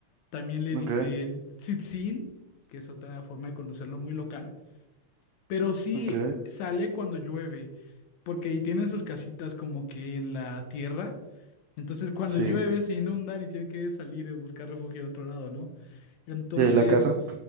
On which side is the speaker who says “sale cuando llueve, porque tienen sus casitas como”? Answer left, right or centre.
Left